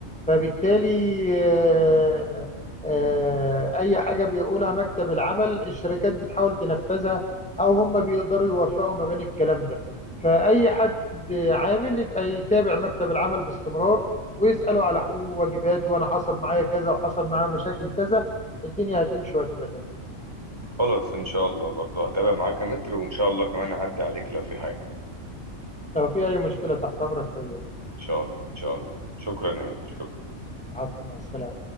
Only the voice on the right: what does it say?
خلاص ان شاء الله برضو هتابع معاك يا متر وان شاء الله كمان اعدي عليك لو في حاجه
ان شاء الله ان شاء الله شكرا يا متر شكرا